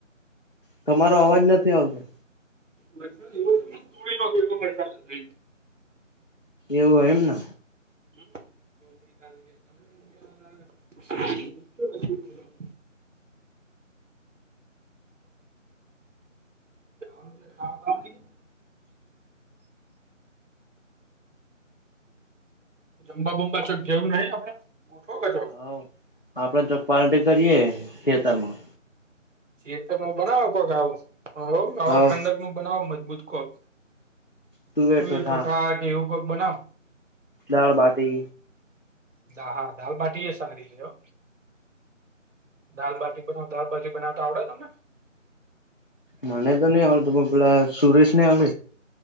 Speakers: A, on the left (about 45°); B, on the right (about 70°).
A: તમારો અવાજ નથી એ આવ છે
B: મરસા એવોૂ ન કે એવો મરસાાલ
A: એવું એમ ને
B: <inaudible> <inaudible> જંબબુમબા ચોક ઘેવું ન આપણે ઉઠો ક
A: હા આપડે જો પાર્ટી કરીયે થિયેટર માં
B: હ જેત બનાવ પક આવું હવે
A: હવ
B: ઠંડક બનાવો મજબૂત કોક
A: તુવેર
B: તું
A: ઠુઠા
B: એટું થા કે એવું કોક બનાવ
A: દાળ બાટેગ
B: હા હા દાલબટી એ સારી છે દાલબટી ભાજી બવતા આવડે તમને
A: મને તો નહી આવ ત પેલા સુરેશ નહી આવ